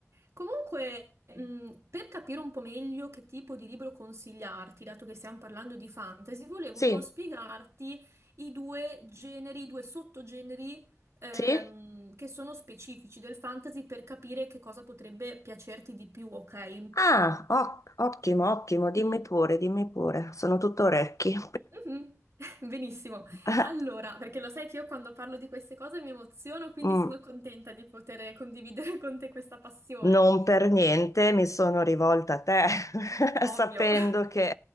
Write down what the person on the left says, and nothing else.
Sì,
sì.
Ah, o- ottimo, ottimo, dimmi
pure, dimmi pure, sono tutto orecchi.
<laughs>
Mm.
Non per niente mi sono rivolta a te, <laughs>
sapendo
che